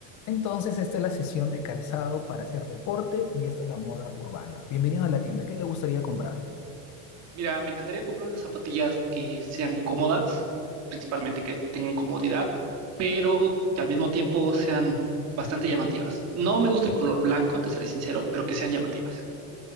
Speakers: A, on the left (about 45°); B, on the right (about 40°).
A: Entonces, esta es la sesión de calzado para hacer deporte y esta es la moda urbana. Bienvenidos a la tienda. ¿Qué le gustaría comprar?
B: Mira, me encantaría comprar unas zapatillas que sean cómodas, principalmente que tengan comodidad, pero que al mismo tiempo sean bastante llamativas. No me gusta el color blanco, te seré sincero, pero que sean llamativas.